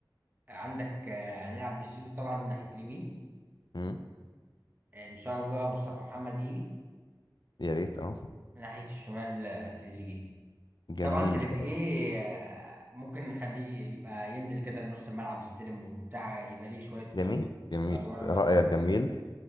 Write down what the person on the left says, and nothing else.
مم.
يا ريت اه
جميل
جميل
جميل
رايك
جميل